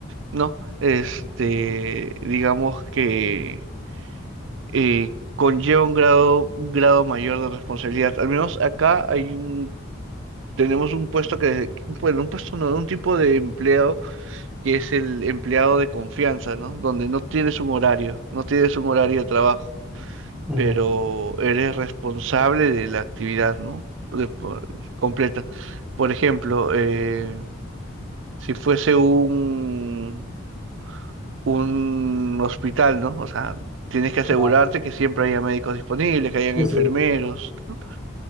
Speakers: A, on the right; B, in the centre.
A: ¿no? Este, digamos que eh, conlleva un grado, un grado mayor de responsabilidad. Al menos acá hay un, tenemos un puesto que, bueno, un puesto no, un tipo de empleo que es el empleado de confianza, ¿no? Donde no tienes un horario, no tienes un horario de trabajo,
B: ujú.
A: pero eres responsable de la actividad, ¿no? De po- completa. Por ejemplo, eh, si fuese un, un hospital, ¿no? O sea, tienes que asegurarte
B: Claro.
A: que siempre haya médicos disponibles, que hayan
B: Sí,
A: enfermeros,
B: sí.
A: ¿no?